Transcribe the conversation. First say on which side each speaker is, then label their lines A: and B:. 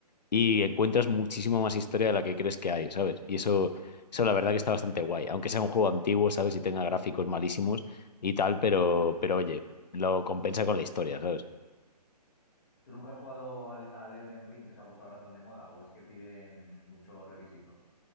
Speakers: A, on the left; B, on the left.
A: Y encuentras muchísimo más historia de la que crees que hay, ¿sabes? Y eso, eso la verdad que está bastante guay. Aunque sea un juego antiguo, ¿sabes? Y tenga gráficos malísimos y tal, pero, pero oye, lo compensa con la historia, ¿sabes?
B: ¿Tú nunca has jugado al, al Elden Ring que se ha puesto ahora tan de moda o es que piden muchos requisitos?